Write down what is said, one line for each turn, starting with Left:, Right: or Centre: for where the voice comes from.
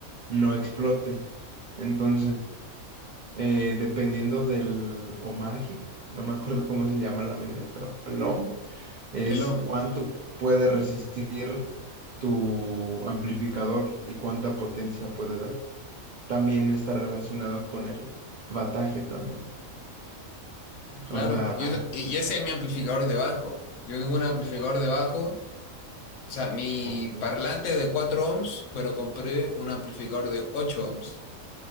Right: no explote. Entonces, eh, dependiendo del ohmaje, no me acuerdo cómo se llama la medida, pero el ohm es
Left: El ohm,
Right: cuánto puede resistir tu amplificador y cuánta potencia puede dar también está relacionado con el bataje también.
Left: claro.
Right: O sea,
Left: Y, es- y ese es mi amplificador de bajo. Yo tengo un amplificador de bajo. O sea, mi
Right: Ok.
Left: parlante es de 4 ohms, pero compré un amplificador de 8 ohms.